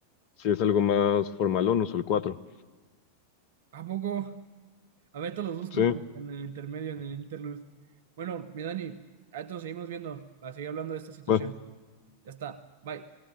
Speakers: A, on the left (about 45°); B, on the right (about 55°).
A: Si es algo más formalón, uso el 4.
B: ¿A poco? A ver, te los busco
A: Sí,
B: en, en el intermedio, en el interlude. Bueno, mi Dani, a esto seguimos viendo para seguir hablando de esta situación.
A: va.
B: Ya está. Bye.